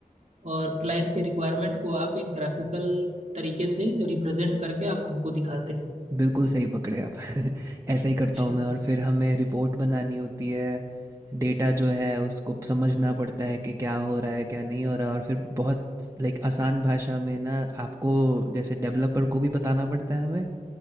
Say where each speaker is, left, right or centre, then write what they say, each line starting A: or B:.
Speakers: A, on the right; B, on the right.
A: और क्लाइंट के रिक्वायरमेंट को आप एक ग्राफिकल तरीके से रिप्रेजेंट करके आप हमको दिखाते हैं
B: बिल्कुल सही पकड़े आप <laughs> ऐसा ही करता
A: अच्छा
B: हूँ मैं और फिर हमें रिपोर्ट बनानी होती है डेटा जो है उसको समझना पड़ता है कि क्या हो रहा है क्या नहीं हो रहा और फिर बहुत लाइक आसान भाषा में ना आपको जैसे डेवलपर को भी बताना पड़ता है हमें